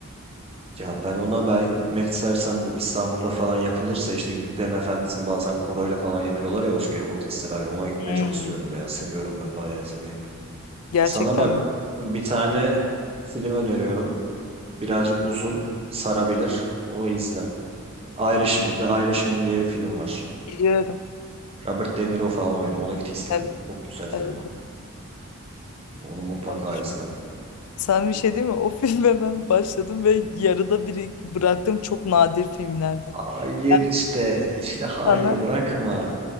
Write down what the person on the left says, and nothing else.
Hmm.
Gerçekten
mi?
biliyorum.
Evet.
Evet.
evet.
Sen bir şey değil mi? O filme ben başladım ve yarıda biri bıraktığım çok nadir filmlerden.
Ben
sana